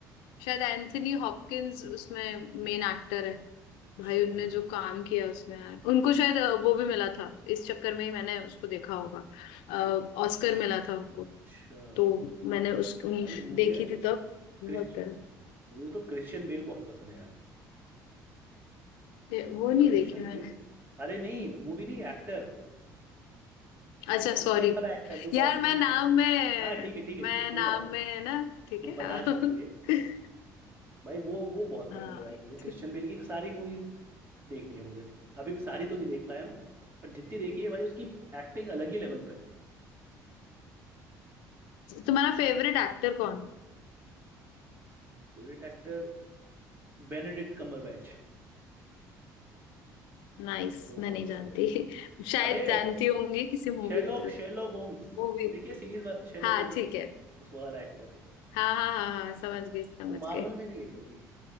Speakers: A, on the left; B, on the right.
A: शायद एंथनी हॉपकिंस उसमें मेन एक्टर है
B: अच्छा
A: भाई उनने जो काम किया उसमें यार उनको शायद अ, वो भी मिला था इस चक्कर में ही मैंने उसको देखा होगा ऑस्कर मिला था उनको
B: अच्छा
A: तो मैंने उस उन,
B: भाई मुझे
A: देखी
B: तो
A: थी तब बहुत
B: क्रिश मुझे तो क्रिश्चियन बेल बहुत पसंद है यार
A: ये- वो नहीं
B: क्रिश्चियन
A: देखी मैंने
B: बेल अरे नहीं मूवी नहीं एक्टर
A: अच्छा
B: बैटमैन
A: सॉरी
B: वाला एक्टर जो बैटमैन
A: यार मैं
B: में
A: नाम
B: था
A: में
B: हाँ ठीक है ठीक है
A: मैं
B: ठीक है
A: नाम
B: कोई बात नहीं
A: में है ना ठीक
B: तुम बता
A: है
B: चुकी हो ये
A: <laughs>
B: भाई वो वो बहुत पसंद
A: हाँ,
B: है यार मुझे क्रिश्चियन
A: ठीक।
B: बेल की सारी मूवीज देखनी है मुझे अभी सारी तो नहीं देख पाया मैं पर जितनी देखी है भाई उसकी एक्टिंग अलग ही लेवल पे है
A: तुम्हारा फेवरेट एक्टर कौन
B: Favourite actor Benedict Cumberbatch
A: नाइस
B: मुझे वो
A: मैं
B: बहुत
A: नहीं
B: पसंद
A: जानती
B: है
A: <laughs> शायद
B: अबे
A: जानती होंगी किसी मूवी
B: शेरलॉक
A: के थ्रू
B: शेरलॉक होम्स
A: मूवी
B: वो देखिए सीरीज शेरलॉक
A: हाँ
B: होम्स
A: ठीक है
B: उस वाला एक्टर
A: हाँ हाँ हाँ हाँ समझ गई समझ
B: वो मार्वल
A: गई
B: में भी है क्योंकि